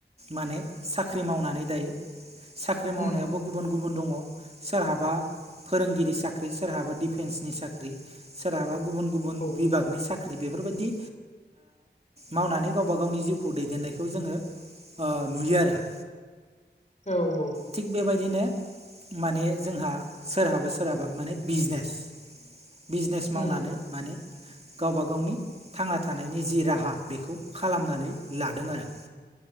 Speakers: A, on the right (about 35°); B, on the left (about 40°).
A: माने साख्रि मावनानै दायो साख्रि मावनायावबो
B: उम
A: गुबुन गुबुन दङ सोरहाबा फोरोंगिरि साख्रि सोरहाबा दिफेन्सनि साख्रि सोरहाबा गुबुन गुबुन
B: औ
A: बिभागनि साख्रि बेफोर बायदि मावनानै गावबा गावनि जिउखौ दैदेननायखौ जोङो नुयो आरो <inaudible>
B: औ औ
A: थिग बेबायदिनो माने जोंहा सोरहाबा सोरहाबा माने बिजनेस बिजनेस मावनानै
B: उम
A: माने गावब गावनि थांना थानायनि जि राहा बेखौ खालामनानै लादों आरो। <inaudible>